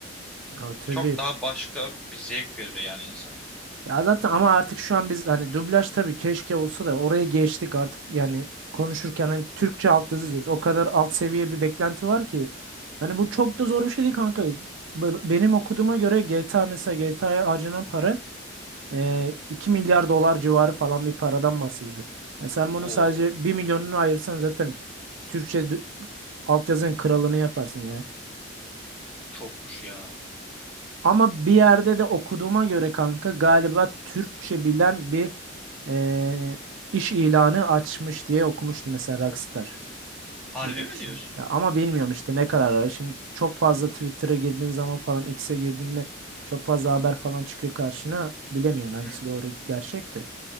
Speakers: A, on the right (about 70°); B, in the centre.
A: Ya tabii.
B: çok daha başka bir zevk verir yani insana.
A: Ya zaten ama artık şu an biz hani dublaj tabii keşke olsa da oraya geçtik artık yani konuşurken hani Türkçe altyazı diyoruz. O kadar alt seviye bir beklenti var ki. Yani bu
B: Hmm,
A: çok da zor bir şey değil kanka. Be- Benim okuduğuma göre GTA mesela GTA'ya harcanan para e,
B: hmm.
A: 2 milyar dolar civarı falan bir paradan bahsediyor. Yani sen bunu
B: Oo,
A: sadece bir milyonunu ayırsan zaten Türkçe dü- altyazının kralını yaparsın ya.
B: çokmuş ya.
A: Ama bir yerde de okuduğuma göre kanka galiba Türkçe bilen bir e, iş ilanı açmış diye okumuştum mesela Rockstar.
B: Harbi
A: Bilen
B: mi
A: kişi.
B: diyorsun?
A: Ya ama bilmiyorum işte ne kadar ara. Şimdi çok fazla Twitter'a girdiğin zaman falan X'e girdiğinde çok fazla haber falan çıkıyor karşına. Bilemiyorsun hangisi
B: Hmm.
A: doğru gerçekti.